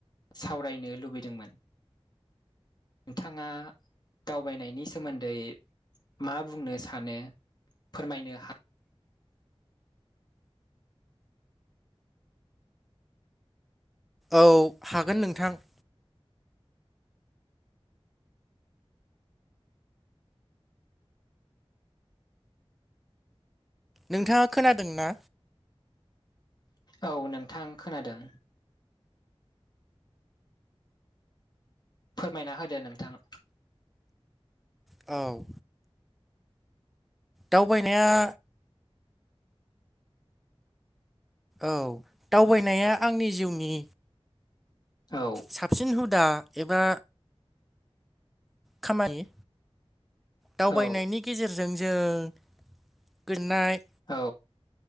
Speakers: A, on the left; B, in the centre.
A: सावरायनो लुबैदोंमोन। नोंथाङा दावबायनायनि सोमोन्दै मा बुंनो सानो फोरमायनो हा
B: औ हागोन नोंथां। नोंथाङा खोनादों ना?
A: औ नोंथां खोनादों। फोरमायना होदो नोंथां।
B: औ। दावबायनाया औ दावबायनाया आंनि जिउनि
A: औ
B: साबसिन हुदा एबा खामानि दावबायनायनि
A: औ
B: गेजेरजों जों जों गोजोननाय
A: औ